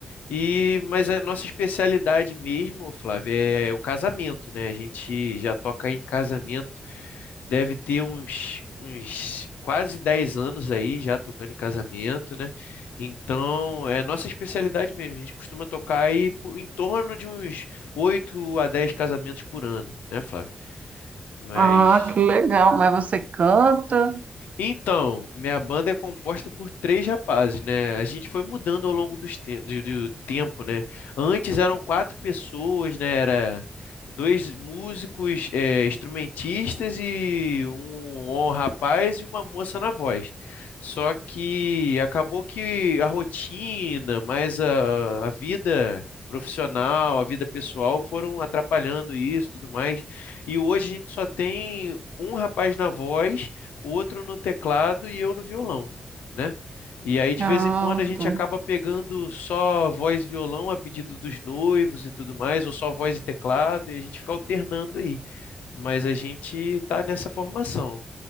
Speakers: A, on the left; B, on the right.
A: e mas a nossa especialidade mesmo, Flávio, é o casamento, né? A gente já toca aí em casamento, deve ter uns, uns quase 10 anos aí já tocando em casamento, né? Então, é nossa especialidade mesmo. A gente costuma tocar aí po- em torno de uns 8 a 10 casamentos por ano, né, Flávio? Mas.
B: Ah, que legal, mas você canta?
A: Então, minha banda é composta por três rapazes, né? A gente foi mudando ao longo dos te- do, do tempo, né? Antes eram quatro pessoas, né? Era dois músicos, eh, instrumentistas e um, um rapaz e uma moça na voz. Só que acabou que a rotina, mais a, a vida profissional, a vida pessoal foram atrapalhando isso, tudo mais. E hoje a gente só tem um rapaz na voz outro no teclado e eu no violão, né? E aí, de
B: Ah,
A: vez em quando, a gente
B: tá.
A: acaba pegando só voz e violão a pedido dos noivos e tudo mais, ou só voz e teclado, e a gente fica alternando aí. Mas a gente tá nessa formação.